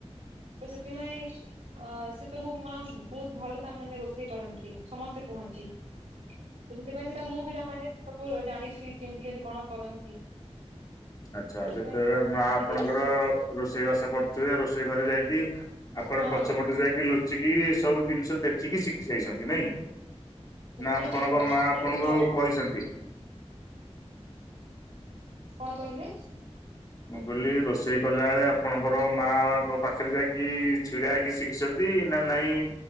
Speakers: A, on the right; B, on the left.
A: ତ ସେଥିପାଇଁ ଅ ସେ ସବୁ ମା ବହୁତ ଭଲ ତା ମାନେ ରୋଷେଇ କରନ୍ତି ସମସ୍ ତେ କୁହନ୍ତି ତ ସେଥିପାଇଁ ସେଟା ମୁଁ ବି ତାମାନେ ସବୁ ଜାଣିଛି କେମିତି ଅଦି କଣ କରନ୍ତି।
B: ଆଚ୍ଛା
A: ତ
B: ଯେତେବେଳେ
A: ସେଟା ଅଭ୍ୟାସ
B: ମା ଆପଣଙ୍କର
A: ହେଇଯାଇଛି ଆଉ
B: ରୋଷେଇ ବାସ କରୁଥିବେ ରୋଷେଇ ଘରେ ଯାଇକି ଆପଣ
A: ହଁ।
B: ପଛପଟୁ ଯାଇକି ଲୁଚିକି ଏ ସବୁ ଦିନିଷ ଦେଖିକି ଶିଖି ଯାଇଛନ୍ତି ନାଇଁ? ନାଁ
A: ନା
B: ଆପଣଙ୍କ
A: ଠିକ
B: ମା ଆପଣଙ୍କୁ
A: ନା ଠିକ
B: କହିଛନ୍ତି?
A: କଣ କହିଲେ?
B: ମୁଁ କହିଲି ରୋଷେଇ କଲା ବେଳେ ଆପଣଙ୍କର ମାଆଙ୍କ ପାଖରେ ଯାଇକି ଛିଡ଼ା ହେଇକି ଶିଖିଛନ୍ତି ନାଁ ନାଇଁ